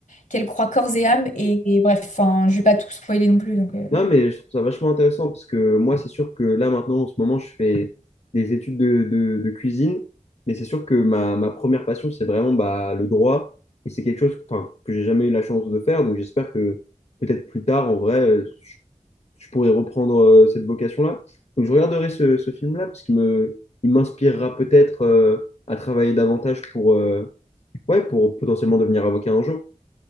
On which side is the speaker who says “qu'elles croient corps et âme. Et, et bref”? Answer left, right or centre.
Left